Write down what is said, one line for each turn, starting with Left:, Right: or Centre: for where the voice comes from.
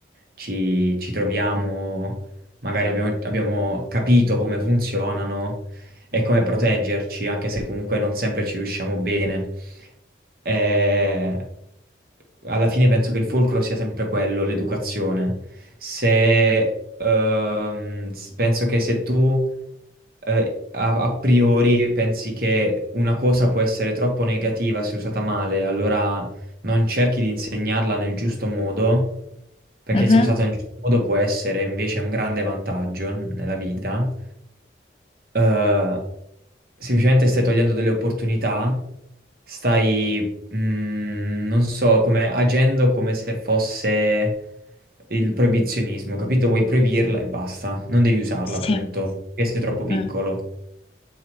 Right: ci, ci troviamo, magari abbiamo, abbiamo capito come funzionano e come proteggerci, anche se comunque non sempre ci riusciamo bene. Eh, alla fine penso che il fulcro sia sempre quello, l'educazione. Se, ehm, s- penso che se tu eh, a, a priori pensi che una cosa può essere troppo negativa se usata male, allora non cerchi di insegnarla nel giusto modo, perché
Left: Mhm.
Right: se usata nel giusto modo può essere invece un grande vantaggio nella vita eh, semplicemente stai togliendo delle opportunità, stai, mm, non so, come agendo come se fosse il proibizionismo, capito? Vuoi proibirla e basta, non devi usarla,
Left: sì,
Right: appunto, perché sei troppo piccolo.
Left: mm,